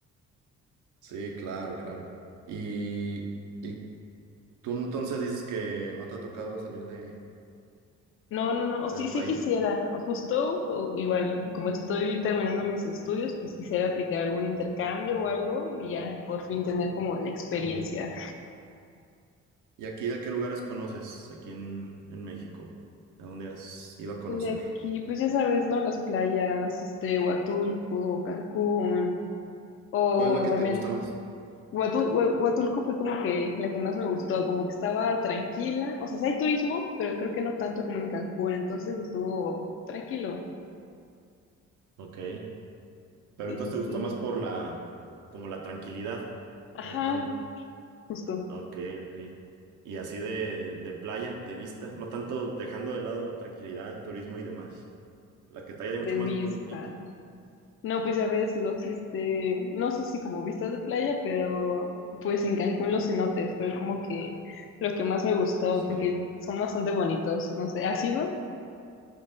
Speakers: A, on the right (about 80°); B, on the left (about 45°).
A: Sí, claro, claro. Y, y tú entonces dices que no te ha tocado salir de,
B: No, no, no,
A: del
B: sí, sí
A: país.
B: quisiera, justo o igual, como estoy terminando mis estudios, pues quisiera aplicar algún intercambio o algo y ya por fin tener como la experiencia.
A: Ujú. ¿Y aquí de qué lugares conoces aquí en, en México? ¿A dónde has ido a conocer?
B: Y de aquí, pues ya sabes, ¿no? Las playas, este, Huatulco, Cancún, o
A: ¿Cuál es la que
B: también...
A: te gusta más?
B: Huatul- Hua- Huatulco fue como que la que más me gustó, como que estaba tranquila, o sea, sí hay turismo, pero creo que no tanto como en Cancún, entonces estuvo tranquilo.
A: Ok, pero
B: Sí,
A: entonces
B: sí,
A: te
B: sí.
A: gustó más por la, como la tranquilidad,
B: Ajá,
A: no tan,
B: justo,
A: ok, ok. Y así de, de playa, de vista, no tanto dejando de lado tranquilidad, el turismo y demás. La que está ya mucho
B: de
A: más
B: vista.
A: bonita.
B: No, pues ya ves los, este, no sé si como vistas de playa, pero pues en Cancún los cenotes fue como que lo que más me gustó,
A: Sí.
B: porque son bastante bonitos, no sé, ¿has ido?